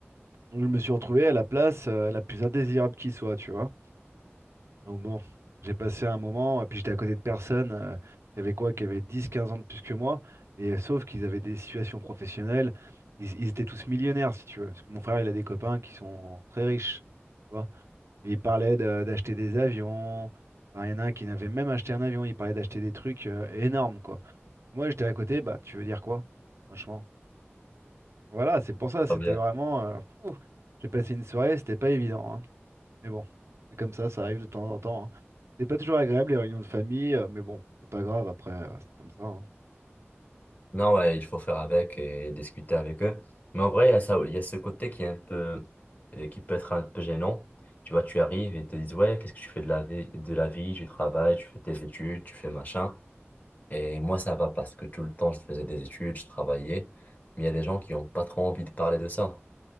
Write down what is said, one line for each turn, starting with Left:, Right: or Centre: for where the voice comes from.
Right: Donc, je me suis retrouvé à la place euh, la plus indésirable qui soit, tu vois. Donc, bon, j'ai passé un moment, et puis j'étais à côté de personnes euh, qui avaient quoi, qui avaient dix quinze ans de plus que moi. Et euh, sauf qu'ils avaient des situations professionnelles. Ils, ils étaient tous millionnaires, si tu veux. Parce que mon frère, il a des copains qui sont très riches. tu vois. Et il parlait de- d'acheter des avions. Enfin, il y en a un qui n'avait même acheté un avion. Il parlait d'acheter des trucs euh, énormes, quoi. Et moi, j'étais à côté. Bah, tu veux dire quoi, franchement? Voilà, c'est pour ça. C'était
Left: Pas bien.
Right: vraiment. euh, fou. j'ai passé une soirée. C'était pas évident. hein. Mais bon, c'est comme ça. Ça arrive de temps en temps. hein. C'est pas toujours agréable les réunions de famille. euh, mais bon, c'est pas grave. Après, euh, c'est comme ça. hein.
Left: Non, ouais, il faut faire avec et discuter avec eux. Mais en vrai, il y a ça, il y a ce côté qui est un peu, euh, qui peut être un peu gênant. Tu vois, tu arrives et ils te disent, ouais, qu'est-ce que tu fais de la vie, de la vie, tu travailles, tu fais tes études, tu fais machin. Et moi, ça va parce que tout le temps, je faisais des études, je travaillais. Mais il y a des gens qui n'ont pas trop envie de parler de ça.